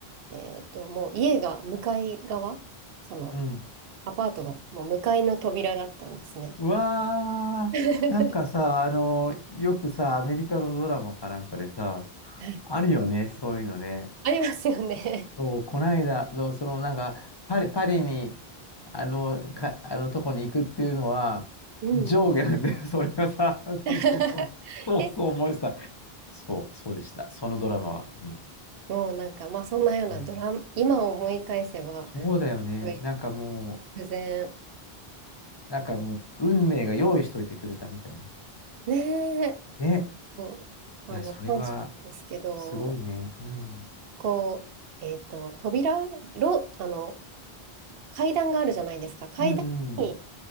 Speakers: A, on the right (about 70°); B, on the left (about 30°).
A: えっと、もう家が向かい側、その
B: うん。
A: アパートがもう向かいの扉だったんですね。
B: うわー、
A: <laughs> は
B: なんかさ、あの、よくさ、アメリカのドラマかなんかでさ、
A: い。
B: あるよね、そういうのね。
A: ありますよね。
B: そう、こないだ、のその、なんか、パリ、パリに、あの、か、あのとこに行くっていうのは、
A: うん。
B: 上下なんだよ、<laughs> それがさ、<laughs>
A: <laughs>
B: そうそう思いました。
A: え、
B: そう、そうでした、そのドラマは。うん
A: もうなんか、まあそんなようなドラマ、
B: うん
A: 今思い返せば、
B: そうだよね。
A: すごい
B: なんかもう、
A: 偶然、
B: なんかもう、運命が用意しといてくれたみたいな。
A: ねえ、
B: ね。
A: こう、
B: いや、
A: あの、
B: それは、
A: 感謝なんですけど、
B: すごいね。うん。
A: こう、えっと、扉、ろ、あの、階段があるじゃないですか。階段に、
B: うん、うん。